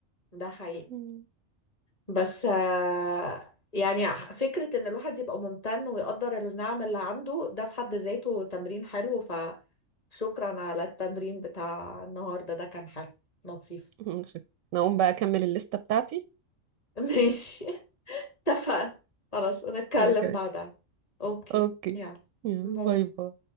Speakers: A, on the left (about 30°); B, on the right (about 85°).
A: ده حقيقي
B: مم.
A: بس آه يعني فكرة ان الواحد يبقى ممتن ويقدر النعم اللي عنده ده في حد ذاته تمرين حلو فشكرا على التمرين بتاع النهاردة ده كان حلو لطيف
B: <laughs> شكراً. نقوم بقى أكمل الليستة بتاعتي
A: <laughs> ماشي اتفقنا خلاص ونتكلم
B: وكده
A: بعدها اوكي
B: أوكي
A: يلا
B: يلا
A: باي
B: باي باي